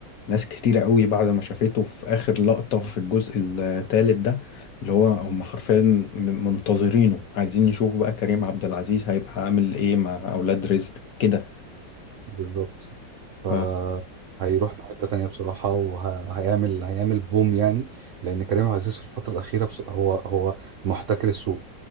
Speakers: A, on the left; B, on the right.
A: ناس كتيرة قوي بعد ما شافته في اخر لقطة في الجزء الثالث ده اللي هو هم حرفيا م- منتظرينه عايزين يشوفوا بقى كريم عبد العزيز هيبقى عامل ايه مع اولاد رزق كده
B: بالظبط فهيروح
A: ف...
B: في حتة تانية بصراحة وهيعمل هيعمل بوم يعني لأن كريم عبد العزيز في الفترة الأخيرة بص... هو هو محتكر السوق